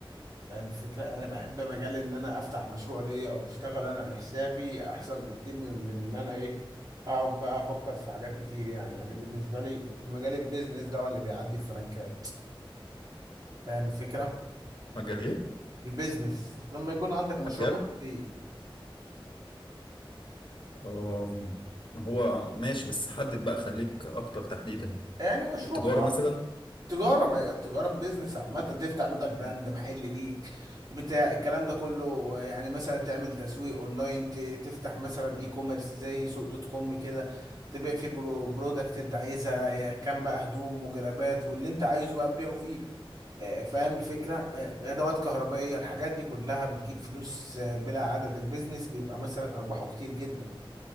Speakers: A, on the right (about 40°); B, on the left (about 60°).
A: فاهم الفكرة أنا بحب مجال إن أنا أفتح مشروع ليا أو أشتغل أنا لحسابي أحسن بكتير من من إن أنا إيه أقعد بقى أفكر في حاجات كتير يعني يعني بالنسبة لي مجال البيزنس ده هو اللي بيعدي الفلنكات فاهم الفكرة؟
B: مجال ايه؟
A: البيزنس لما يكون عندك مشروع
B: مجال
A: خاص ليك
B: أم، هو ماشي بس حدد بقى خليك اكتر تحديدا
A: يعني مشروع
B: التجاره
A: خاص
B: مثلا
A: تجارة ما هي التجارة بيزنس عامة تفتح لوكال براند محل ليك بتاع الكلام ده كله يعني مثلا تعمل تسويق اونلاين ت- تفتح مثلا اي كوميرس زي سوق دوت كوم كده تبيع فيه برو برودكت انت عايزها يا كان بقى هدوم وجرابات واللي انت عايزه بقى تبيعه فيه آه، فاهم الفكرة آه، ادوات كهربائية الحاجات دي كلها بتجيب فلوس آه، بلا عدد البيزنس بيبقى مثلا ارباحه كتير جدا